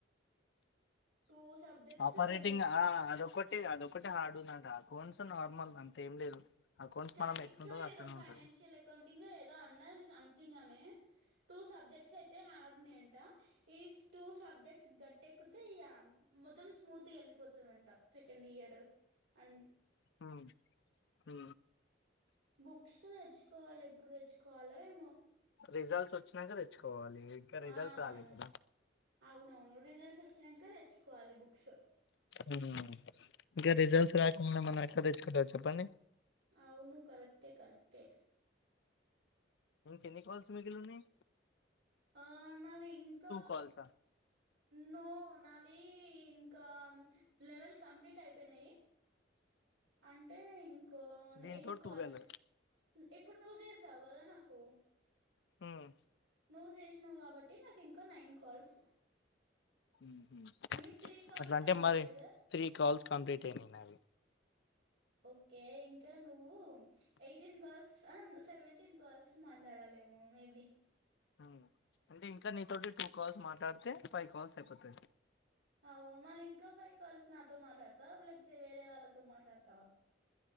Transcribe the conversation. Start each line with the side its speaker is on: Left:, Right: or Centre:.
Right: టూ సబ్జెక్ట్స్
Left: ఆపరేటింగ్ ఆ అదొకటి అదొకటే హార్డు ఉందంట అకౌంట్స్ నార్మల్ అంత ఏం లేదు అకౌంట్స్
Right: స్టాటిక్స్
Left: మనం ఎట్లుంటదో
Right: ఏదో
Left: అట్లనే
Right: ఫైనాన్షిల్
Left: ఉంటది
Right: అకౌంటింగ్ ఏదో అన్నది సమ్ థింగ్ ఆమే టూ సబ్జెక్ట్స్ అయితే హర్డూన్నాయంట ఈస్ టూ సబ్జెక్ట్స్ గట్టేక్కితే ఇగ మొత్తం స్మూత్ గా వెళ్ళిపోతదంట సెకండ్ ఇయ ర్ అన్న్
Left: హ అహ
Right: బుక్స్ తెచ్చుకోవాలి ఎప్పుడు తెచ్చుకోవలో ఏమో
Left: రిజల్ట్స్ ఒచ్చినంక తెచ్చుకోవాలి ఇంకా
Right: ఆహ్
Left: రిజల్ట్స్ రాలే కదా
Right: అవునవును రిజల్ట్స్ ఒచ్చినంక తెచ్చుకోవాలి బుక్స్
Left: మ్ హు ఇంకా రిజల్ట్స్ రాకముందే మనం ఎట్ల తెచ్చుకుంటాం చెప్పండి
Right: అవును కరెక్టే కరెక్టే
Left: ఇంకెన్ని కాల్స్ మిగిలున్నయ్
Right: ఆ నావి ఇంకా
Left: కాల్సా
Right: నో నావి ఇంకా లెవెల్ కంప్లీట్ అయిపోయినాయి అంటే ఇంకో
Left: దీంతో
Right: ఎయిట్
Left: టువెల్
Right: కాల్స్ ఇప్పుడు నువ్వు చేసావు గదా నాకు
Left: మ్
Right: నువ్వు చేశినవ్ కాబట్టి నాకు ఇంకొ నైన్ కాల్స్
Left: మ్ హు
Right: నీకు త్రీ కాల్స్
Left: అట్లంటే
Right: కంప్లీటెడ్
Left: మరి
Right: గా
Left: త్రీ కాల్స్ కంప్లీట్ అయినై నావి
Right: ఓకే ఇంకా నువ్వు ఎయిటీన్ కాల్స్ అ సెవెంటీన్ కాల్స్ మాట్లాడాలేమో మేబి
Left: హ్మ్ అంటె ఇంక నీతోటి టూ కాల్స్ మాట్లాడితే ఫై కాల్స్ అయిపోతాయ్
Right: అవును మళ్ళీ ఇంకా ఫై కాల్స్ నాతో మాట్లాడతవా లేకపోతే వేరే వాళ్ళతో మాట్లాడుతవా